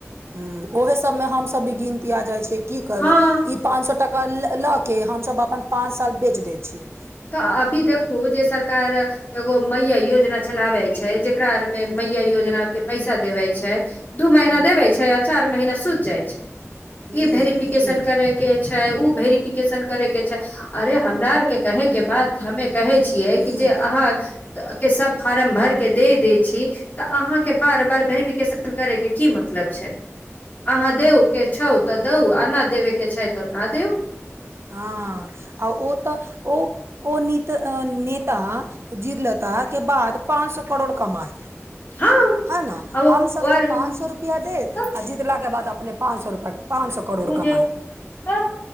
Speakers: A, on the right (about 55°); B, on the left (about 35°).
A: हूँ ओहे सभ मे हमसभ भी गिनतिया जाइत छी की करबै
B: हँ
A: ई पाँच सए टाका लऽ हमसभ अपन पाँच साल बेच दै छियै
B: तऽ अभी देखू जे सरकार एगो मैया योजना चलाबै छै जे एकरा आर मे
A: हूँ
B: मैया योजना के पैसा देवे छै दू महीना
A: हूँ
B: देवे छै आ चार महीना सुइत जाइ छै ई
A: हूँ
B: भेरिफिकेशन
A: हूँ
B: करे के छै छै ओ वेरिफिकेशन करैके छै अरे हमरा आरके कहेके बात हमे कहे छियै
A: हूँ
B: कि जे अहाँ के सब फार्म भर के दे देय छी तऽ अहाँके बार बार वेरिफिकेशन करय के की मतलब छै अहाँ देूउ के छौउ तऽ देउ आ नहि देबय के छै तऽ नहि देउ
A: हँ आ ओ तऽ ओ नित नेता जिर लता के बाद पाँच सौ करोड़ कमाइ
B: हँ
A: है न
B: आ ओ
A: हमसभ
B: आर
A: के पाँच
B: मे
A: सौ देत
B: तऽ
A: आ जितला के बाद अपने पाँच सए पाँच सए करोड़
B: उ
A: कमाइ
B: जे तऽ